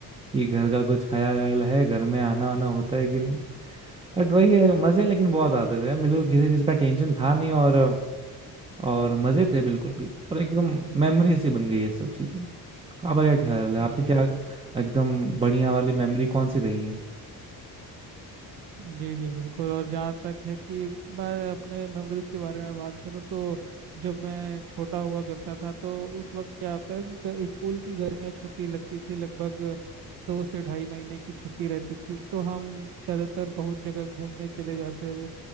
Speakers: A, on the right (about 15°); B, on the right (about 75°).
A: कि घर का कुछ खाया वाया है घर में आना वाना होता है कि नहीं बट वही है मजे लेकिन बहुत आते थे मेरे को किसी चीज का टेंशन था नहीं और और मजे थे बिल्कुल भी और एकदम मेमोरी सी बन गई है सब चीजें आपका क्या ख्याल है
B: जी
A: आपकी क्या एकदम बढ़िया वाली मेमोरी कौन सी रही है
B: जी जी बिल्कुल और जहाँ तक है कि मैं अपने मेमोरीज के बारे में बात करूँ तो जब मैं छोटा हुआ करता था तो उस वक्त क्या होता है कि ग- स्कूल की गर्मियाँ छुट्टी लगती थी लगभग दो से ढाई महीने की छुट्टी रहती थी तो हम ज़्यादातर बहुत जगह घूमने चले जाते थे